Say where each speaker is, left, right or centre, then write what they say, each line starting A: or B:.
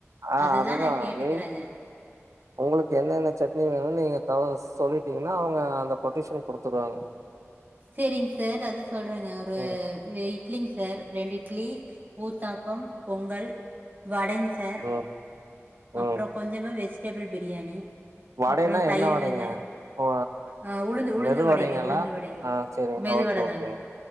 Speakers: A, on the right; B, on the right.
A: ஆ
B: அதுதா நா கேட்டுக்கிறங்க
A: நீ உங்களுக்கு என்னென சட்னி வேணும்னு நீங்க தாஸ் சொல்லிட்டீங்கன்னா அவங்க அந்த கொட்டேஷன் குடுத்துருவாங்க
B: சரிங்க சார் அத சொல்றேங்க ஒரு
A: ம்
B: இட்லிங்க சார் ரெண்டு இட்லி ஊத்தாப் பம் பொங்கல் வடங் சார்
A: ம்
B: அப்றோ
A: ம்
B: கொஞ்சமா வெச் டேபிள் பிரியாணி
A: வடைனா
B: அப்றோ தயிர்
A: என்ன வடைங்க
B: வெங்காய்
A: ஓ
B: அஹ் உளுந்து உளுந்து
A: மெது
B: வடைங்க
A: வடைங்களா
B: உளுந்து வடைங்க
A: ஆ செரிங்க
B: மெதுவடைதாங்க
A: ஓகே ஓகேங்க